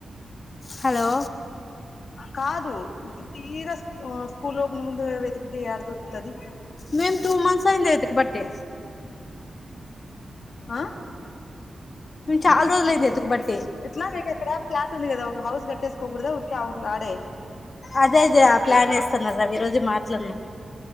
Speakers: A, on the left; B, on the left.
A: హలో
B: కాదు సీదా ఓ స్కూల్ లో ఓపన్ ముందు వెతికితే ఏడ దొరుకుతది.
A: మేము టూ మంత్స్ అయింది వెతకబట్టి
B: ఆ
A: చాలా రోజలయ్యింది ఎతకబట్టి
B: ఎట్లా మీకుకెక్కడా ఫ్లాట్ ఉంది కదా ఒక హౌస్ కట్టేసుకోకడదు ఊరికే ఆ ఊర్లాడే
A: అదే అదే ఆ ప్లాన్ వేస్తానుదా ఈ రోజు మాట్లాడిన్నాం